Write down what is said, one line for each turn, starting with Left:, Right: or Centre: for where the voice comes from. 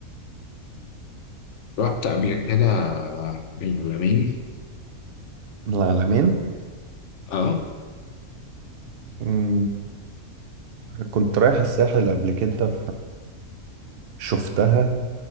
Left: رحت قبل كده العلمين
Right: العلمين
Left: اه
Right: مم، كنت رايح الساحل قبل كده فشفتها